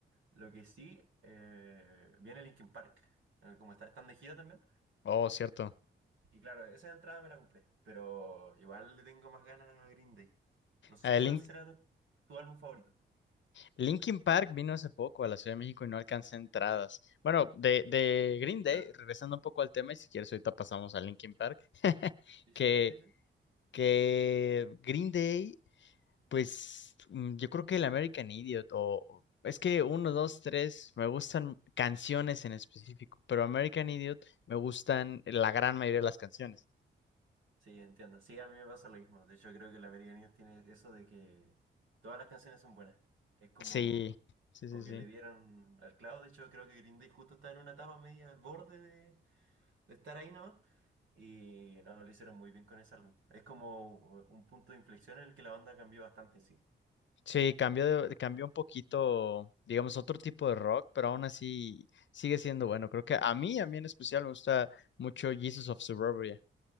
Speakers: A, on the right; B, on the left.
A: Lo que sí, eh, viene Linkin Park, eh, como está, están de gira también.
B: Oh, cierto.
A: Y claro, esa entrada me la compré, pero igual le tengo más ganas a Green Day. No sé
B: el
A: cuál será tu, tu álbum favorito.
B: Linkin Park vino hace poco a la Ciudad de México y no alcancé entradas. Bueno, de, de Green Day,
A: Claro.
B: regresando un poco al tema, y si quieres ahorita pasamos a Linkin Park, <laughs>
A: Sí,
B: que,
A: sí, sí, sí. sí.
B: que Green Day, pues mm, yo creo que el American Idiot, o o- es que uno, dos, tres, me gustan canciones en específico, pero American Idiot me gustan la gran mayoría de las canciones.
A: Sí, entiendo. Sí, a mí me pasa lo mismo. De hecho, creo que la American Idiot tiene eso de que todas las canciones son buenas. Es como,
B: Sí, sí, sí,
A: como
B: sí.
A: que le dieron al clavo. De hecho, creo que Green Day justo está en una etapa media al borde de, de estar ahí, ¿no? Y no, lo hicieron muy bien con ese álbum. Es como un punto de inflexión en el que la banda cambió bastante, sí.
B: Sí, cambió, de- cambió un poquito, digamos, otro tipo de rock, pero aún así sigue siendo bueno. Creo que a mí, a mí en especial, me gusta mucho Jesus of Suburbia.